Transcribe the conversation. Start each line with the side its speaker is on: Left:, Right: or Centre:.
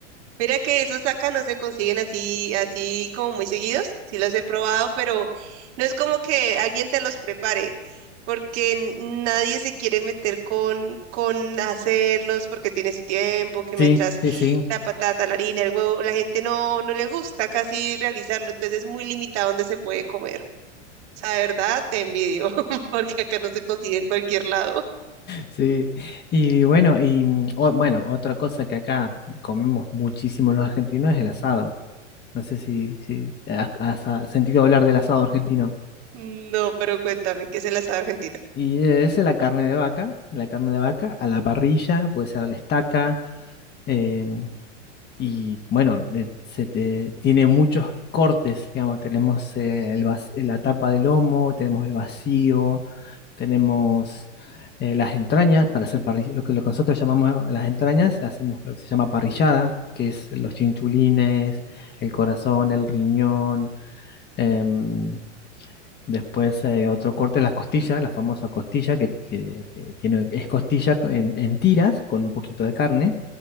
Right: Mira que esos acá no se consiguen así, así como muy seguidos. Sí los he probado, pero no es como que alguien te los prepare, porque n- nadie se quiere meter con, con hacerlos, porque tiene su tiempo, que
Left: Sí,
Right: mientras
Left: sí, sí,
Right: la patata, la harina, el huevo, la gente no, no le gusta casi realizarlo, entonces es muy limitado donde se puede comer. O sea, de verdad, te envidio, <laughs> porque acá no se consigue en cualquier lado.
Left: sí. Y bueno, y mm, o- bueno, otra cosa que acá comemos muchísimo los argentinos es el asado. No sé si, si has, has sentido hablar del asado argentino.
Right: No, pero cuéntame, ¿qué es el asado argentino?
Left: Y es la carne de vaca, la carne de vaca a la parrilla, puede ser a la estaca. em, Y bueno, eh, se te- tiene muchos cortes, digamos, tenemos eh, el vac- la tapa del lomo, tenemos el vacío, tenemos eh, las entrañas para hacer parrilla, lo que, lo que nosotros llamamos las entrañas, hacemos lo que se llama parrillada, que es los chinchulines, el corazón, el riñón, em, después eh, otro corte, las costillas, la famosa costilla, que, que- que tiene, es costilla en, en tiras con un poquito de carne,